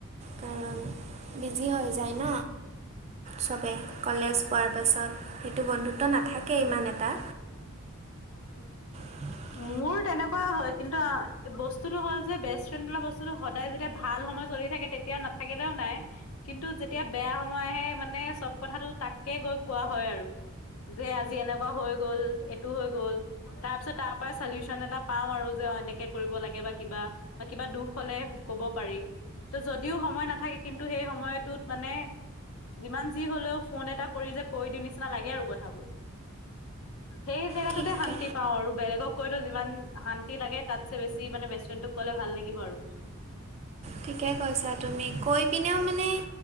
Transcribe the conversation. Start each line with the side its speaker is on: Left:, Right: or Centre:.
Right: কাৰণ
Left: উম
Right: বিজি হৈ যায় ন চবে কলেজ পোৱাৰ পাছত সেইটো বন্ধুত্ব নাথাকে ইমান এটা
Left: আপ থিক
Right: <inaudible>
Left: <inaudible> মোৰ তেনেকুৱা হয় কিন্তু বস্তুতটো হ'ল যে বেষ্ট ফ্ৰেণ্ড বোলা বস্তুটো সদায় যেতিয়া ভাল সময় চলি থাকে তে তেতিয়া নাথাকিলেও নাই কিন্তু যেতিয়া বেয়া সময় আহে মানে চব কথাটো তাকে গৈ কোৱা হয় আৰু যে আজি এনেকুৱা হৈ গ'ল এইটো হৈ গ'ল তাৰ পিছত তাৰ পৰা চলিওচন এটা পাও আৰু যে এনেকে কৰিব লাগে বা কিবা বা কিবা দুখ হলে কব পাৰি ত যদিও সময় নাথাকে কিন্তু সেই সময়টোত মানে যিমান যি হলেও ফোন এটা কৰি যে কৈ দি নিচিনা লাগে আৰু কথাবোৰ সেই জেগাটোতে
Right: ঠিকে
Left: শান্তি পাও আৰু বেলেগক কৈতো যিমান শান্তি লাগে তাত চে বেছি মানে বে ফ্ৰেণ্ডোক ক'লে ভাল লাগিব আৰু
Right: ঠিকে কৈছা তুমি কৈ পিনেও মানে